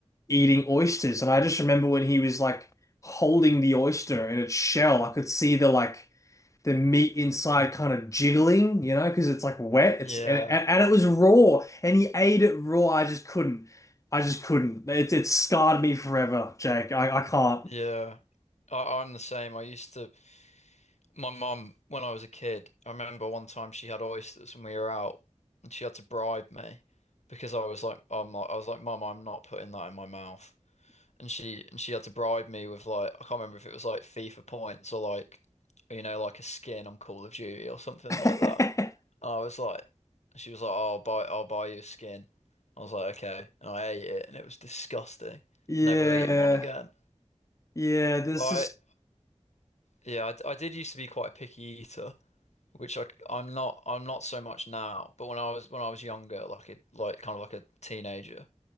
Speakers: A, on the left; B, on the left.
A: eating oysters, and I just remember when he was like holding the oyster in its shell, I could see the like the meat inside kind of jiggling, you know, because it's like wet. It's
B: Yeah,
A: and, and and it was raw, and he ate it raw. I just couldn't. I just couldn't. It it scarred me forever, Jake. I I can't.
B: yeah. I, I'm the same. I used to my mum when I was a kid. I remember one time she had oysters when we were out, and she had to bribe me because I was like, I'm not, I was like, Mum, I'm not putting that in my mouth. and she and she had to bribe me with like I can't remember if it was like FIFA points or like you know like a skin on Call of Duty or something
A: <laughs>
B: like that. And I was like, she was like, oh, I'll buy I'll buy you a skin. I was like, okay, and I ate it and it was disgusting.
A: Yeah.
B: Never eating one again.
A: Yeah, there's
B: But
A: just
B: I, yeah, I, I did used to be quite a picky eater, which I I'm not I'm not so much now. But when I was when I was younger, like a like kind of like a teenager,